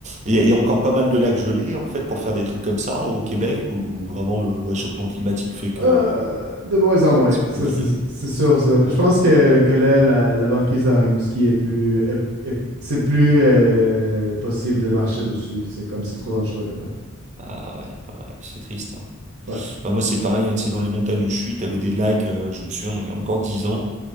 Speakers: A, on the right; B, on the right.
A: Il y a, il y a encore pas mal de lacs gelés, en fait, pour faire des trucs comme ça au Québec, où vraiment le réchauffement climatique fait que
B: Euh, de moins en moins,
A: c'est plus
B: ça,
A: compliqué.
B: c'est c'est sûr, ça.
A: Ouais.
B: Je pense que, que là, la, la banquise à Rimouski est plus, est- est- c'est plus euh, possible de marcher dessus. C'est comme c'est trop dangereux maintenant.
A: Ah ouais, ouais, c'est triste. hein.
B: Ouais,
A: Bah, moi, c'est pareil, hein, tu sais, dans les montagnes où je suis, t'avais des lacs, euh, je me souviens, il y a encore 10 ans,